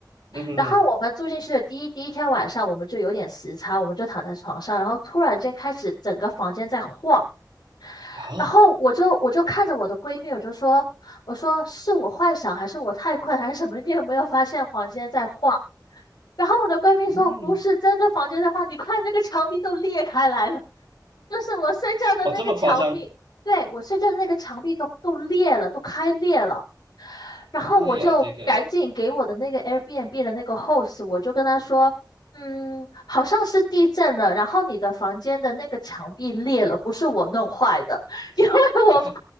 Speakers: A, on the right; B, on the left.
A: 嗯哼哼
B: 然后我们住进去的第一第一天晚上，我们就有点时差，我们就躺在床上，然后突然间开始整个房间在晃。
A: 啊，
B: 然后我就我就看着我的闺蜜，我就说，我说是我幻想还是我太困还是什么？你有没有发现房间在晃？然后我的闺蜜说不是真的房间在晃，
A: 嗯，
B: 你看那个墙壁都裂开来了，<laughs> 就是我睡觉的那个墙壁，
A: 哦这么夸张，
B: 对，我睡觉的那个墙壁都都裂了，都开裂了。然后我就赶紧给我的那个
A: 妈呀，这个
B: Airbnb 的那个 host，我就跟他说，嗯，好像是地震了，然后你的房间的那个墙壁裂了，不是我弄坏的，<laughs> 因为我怕
A: 啊，